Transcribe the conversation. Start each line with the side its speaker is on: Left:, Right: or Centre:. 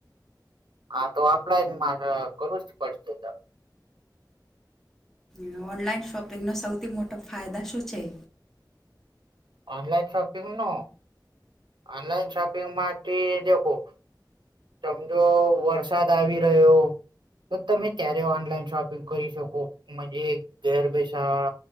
Right: હા તો આપડા જ માથે કરું જ પડશે
Centre: ને ઓનલાઈન શોપિંગનો સૌથી મોટો ફાયદા શું છે
Right: ઓનલાઈન શોપિંગ નો ઓનલાઈન શોપિંગ માટે દેખો સમજો વરસાદ આવી રહ્યો તો તમે ત્યારે ઓનલાઈન શોપિંગ કરી શકો મજે ઘેર બેઠા